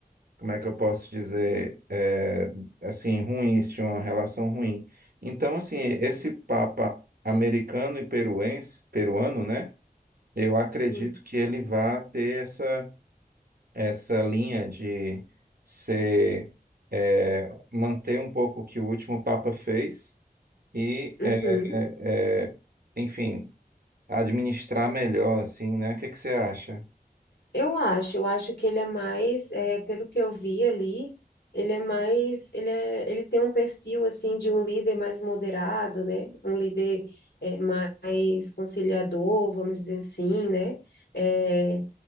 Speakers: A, on the right; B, on the left.
A: como é que eu posso dizer, eh, assim, ruins, tinham uma relação ruim. Então, assim,
B: uhum.
A: esse Papa americano e peruense, peruano, né? Eu acredito
B: Sim.
A: que ele vá ter essa essa linha de ser, é, manter um pouco o que o último Papa fez e,
B: Uhum.
A: é, é, é, enfim, administrar melhor, assim, né? O que que você acha?
B: Eu acho, eu acho que ele é mais, é, pelo que eu vi ali, ele é mais, ele é, ele tem um perfil assim de um líder mais moderado, né? Um líder é, mais conciliador, vamos dizer assim, né? É,